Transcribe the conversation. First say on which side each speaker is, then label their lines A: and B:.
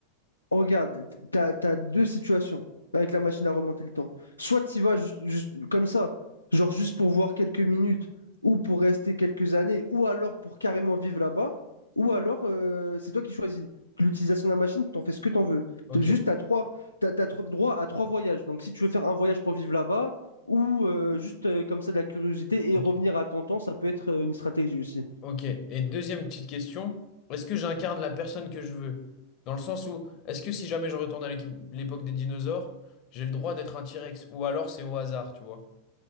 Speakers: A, on the left (about 85°); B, on the left (about 40°).
A: Regarde, t'as, t'as deux situations avec la machine à remonter le temps. Soit tu vas juste, juste comme ça, genre juste pour voir quelques minutes, ou pour rester quelques années, ou alors pour carrément vivre là-bas, ou alors euh, c'est toi qui choisis. L'utilisation de la machine, t'en fais ce que t'en veux.
B: Ok,
A: T'as Juste, t'as trois, t'as, t'as tro- droit à trois voyages. Donc si tu veux faire un voyage pour vivre là-bas, ou euh, juste euh, comme ça de la curiosité et
B: ok,
A: revenir à ton temps, ça peut être euh, une stratégie aussi.
B: ok. Et deuxième petite question, est-ce que j'incarne la personne que je veux? Dans le sens où, est-ce que si jamais je retourne à l'équipe- l'époque des dinosaures, j'ai le droit d'être un T-Rex? Ou alors c'est au hasard, tu vois?